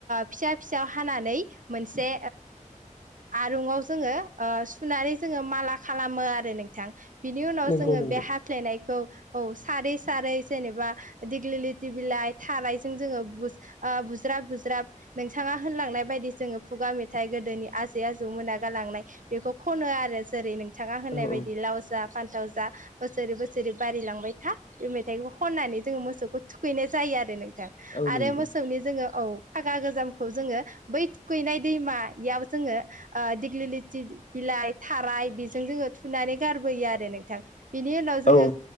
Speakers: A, on the right; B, on the left.
A: फिसा फिसायाव हानानै मोनसे जोङो सु जोङो माला खालामो आरो नोंथां बिनि उनाव
B: नंगौ
A: जोङो
B: नंगौ।
A: बे हाफ्लेनाय खौ औ सारै सारै जेनेबा दिग्लिलि दि बिलाइ थानायजों जोङो बुज्राब बुज्राब नोंथाङा होनलांनाय बायदि जोङो फुगा मेथाइ गोदोनि आजै आजौ मोना गालां खनो आरो जेरै नोंथा होननाय
B: औ
A: बायदि
B: औ
A: लाव जा फानथाव जा बोसोरै बोसोरै बारिलांबाय था बे मेथाइखौ खननानै जोङो मोसौखौ थुखैनाय जायो आरो नों
B: औ
A: आरो
B: नंगौ
A: मोसौनि जोङो औ फागा गोजामखौ जोङो बै थुखैनाय दैमायाव जोङो दिग्लिलिथि बिलाय थाराइ बेजों जोङो थुनानै गारबोयो आरो नोंथां बिनि उनाव जोङो
B: औ